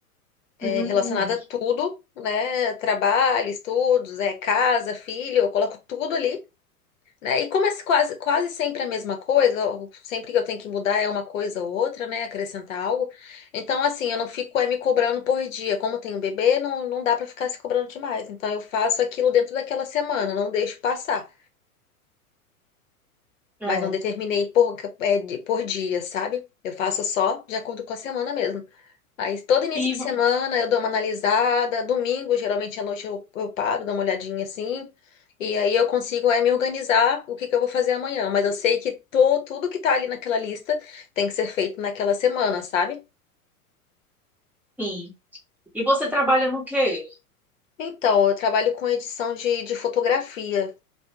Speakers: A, on the left; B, in the centre.
A: É,
B: Hum,
A: relacionado a tudo, né? Trabalho, estudos, é, casa, filho. Eu coloco tudo ali. né? E como é quase, quase sempre a mesma coisa, ou sempre que eu tenho que mudar é uma coisa ou outra, né? Acrescentar algo. Então, assim, eu não fico é, me cobrando por dia. Como eu tenho um bebê, não, não dá pra ficar se cobrando demais. Então, eu faço aquilo dentro daquela semana, não deixo passar.
B: é.
A: Mas não determinei por, é, de- por dia, sabe? Eu faço só de acordo com a semana mesmo. Aí todo início
B: E,
A: de
B: vo-
A: semana eu dou uma analisada, domingo geralmente à noite eu, eu paro, dou uma olhadinha assim, e aí eu consigo é, me organizar o que que eu vou fazer amanhã, mas eu sei que to- tudo que tá ali naquela lista tem que ser feito naquela semana, sabe?
B: sim. E você trabalha no quê?
A: Então, eu trabalho com edição de, de fotografia